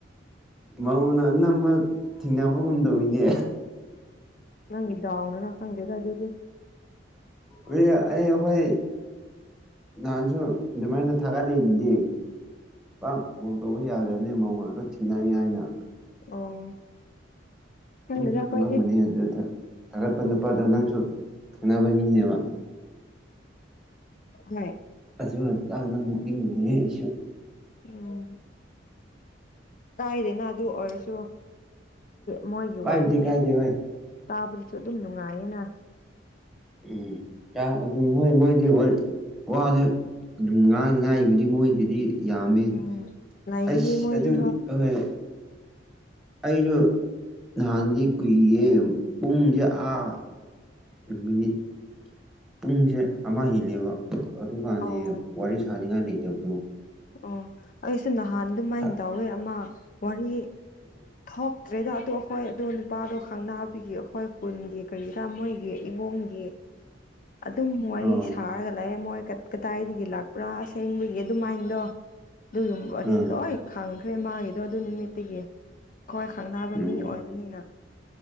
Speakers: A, in the centre; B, on the left.
A: ꯃꯧꯅ ꯅꯝꯕ ꯊꯤꯡꯅꯕ ꯉꯨꯝꯗꯧꯤꯅꯦ
B: ꯅꯪ ꯏꯗꯥꯎꯅꯅ ꯈꯪꯒꯦꯗ ꯑꯗꯨꯗꯤ
A: ꯑꯩ ꯑꯩꯈꯣꯏ ꯅꯍꯥꯟꯁꯨ ꯑꯗꯨꯃꯥꯏꯅ ꯊꯥꯒꯠꯂꯤꯗꯨꯗꯤ ꯄꯥꯛ ꯀꯣꯜ ꯇꯧꯕ ꯌꯥꯗ꯭ꯔꯕꯅꯤ ꯃꯉꯣꯟ ꯑꯗꯨ ꯊꯦꯡꯅꯏ ꯍꯥꯏꯅ
B: ꯑꯣ ꯈꯪꯗꯦꯗ
A: ꯅꯪꯁꯨ
B: ꯑꯩꯈꯣꯏꯗꯤ
A: ꯈꯪꯉꯝꯒꯅꯤ ꯑꯗꯨ ꯊꯥꯒꯠꯄ ꯅꯨꯄꯥꯗꯣ ꯅꯪꯁꯨ ꯈꯪꯅꯕ ꯃꯤꯅꯦꯕ
B: ꯃ
A: ꯑꯗꯨꯥꯡꯅ ꯅꯣꯛꯅꯤꯡꯕꯅꯦ ꯑꯩꯁꯨ
B: ꯎꯝ ꯀꯥꯏꯗꯅ ꯑꯗꯨ ꯑꯣꯏꯔꯁꯨ ꯃꯣꯏꯒꯤ
A: ꯀꯥꯏꯕꯨꯗꯤ
B: ꯋꯥꯔꯤ
A: ꯀꯥꯏꯗꯦ ꯍꯣꯏ
B: ꯇꯥꯕꯗꯁꯨ ꯑꯗꯨꯝ ꯅꯨꯡꯉꯥꯏꯌꯦꯅ
A: ꯎꯝ ꯑꯗꯨꯝ ꯍꯣꯏ ꯃꯣꯏꯗꯤ ꯋꯥꯗ ꯑꯗꯨꯝ ꯉꯥꯡ ꯉꯥꯏꯕꯨꯗꯤ ꯃꯣꯏꯗꯗꯤ ꯌꯥꯝꯃꯦ
B: ꯎꯝ ꯂꯩꯒꯅꯤ
A: ꯑꯩꯁ
B: ꯃꯣꯏꯗꯤ
A: ꯑꯗꯨꯗꯤ ꯍꯣꯏ ꯑꯩꯁꯨ ꯅꯍꯥꯟꯗꯤ ꯀꯨꯏꯌꯦ ꯄꯨꯡꯁꯦ ꯑꯥ ꯃꯤꯅꯤꯠ ꯄꯨꯡꯁꯦ ꯑꯃ ꯍꯦꯜꯂꯦꯕ ꯑꯗꯨꯀꯥꯟꯗ
B: ꯑꯣ
A: ꯋꯥꯔꯤ ꯁꯥꯅꯤꯡꯉꯥꯏ ꯂꯩꯇꯕꯗꯣ
B: ꯑꯣ ꯑꯩꯁꯨ ꯅꯍꯥꯟ ꯑꯗꯨꯃꯥꯏꯅ
A: ꯑꯥ
B: ꯇꯧꯋꯦ ꯑꯃ ꯋꯥꯔꯤ ꯊꯣꯛꯇ꯭ꯔꯦꯗ ꯑꯗꯣ ꯑꯩꯈꯣꯏ ꯑꯗꯣ ꯅꯨꯄꯥꯗꯣ ꯈꯪꯅꯕꯤꯒꯤ ꯑꯩꯈꯣꯏ ꯈꯨꯜꯒꯤ ꯀꯔꯤꯗ ꯃꯣꯏꯒꯤ ꯏꯃꯨꯡꯒꯤ <unintelligible> ꯑꯗꯨꯝ ꯋꯥꯔꯤ
A: ꯑꯥ
B: ꯁꯥꯔꯒ ꯂꯥꯛꯑꯦ ꯃꯣꯏ ꯀꯗꯥꯏꯗꯒꯤ ꯂꯥꯛꯄ꯭ꯔꯥ ꯁꯦꯡꯕꯒꯤ ꯑꯗꯨꯃꯥꯏꯅ ꯑꯗꯣ ꯑꯗꯨꯗꯨ ꯋꯥꯔꯤ
A: ꯑꯥ
B: ꯂꯣꯏ ꯈꯪꯈ꯭ꯔꯦ ꯃꯥꯒꯤꯗꯣ ꯑꯗꯨ ꯅꯨꯃꯤꯠꯇꯒꯤ ꯑꯩꯈꯣꯏ ꯈꯪꯅꯕ
A: ꯎꯝ
B: ꯃꯤ ꯑꯣꯏꯕꯅꯤꯅ